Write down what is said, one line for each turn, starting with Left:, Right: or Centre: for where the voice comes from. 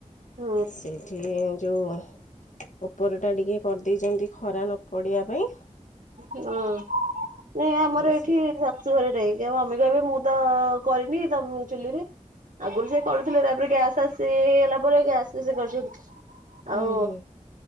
Right: ହୁଁ
Left: ସେଇଠି। ସେ ଯୋଉ ଉପରଟା ଟିକେ କରିଦେଇଛନ୍ତି ଖରା ନ ପଡ଼ିବା ପାଇଁ।
Right: ହଁ ନ ଆମର
Left: ହଁ
Right: ଏଇଠି
Left: ସେ
Right: ଶାଶୁ ଘରେ ଟାଇଁ ମମି କହିବେ ମୁଁ ତ କରିନି ତମ ଚୁଲିରେ। ଆଗରୁ ସେ କରୁଥିଲେ ତାପରେ ଗ୍ୟାସ୍ ଆସିଇଗଲା ପରେ ଗ୍ୟାସ ବି ସେ କରୁଛନ୍ତି। ଆଉ
Left: ହୁଁ ହୁଁ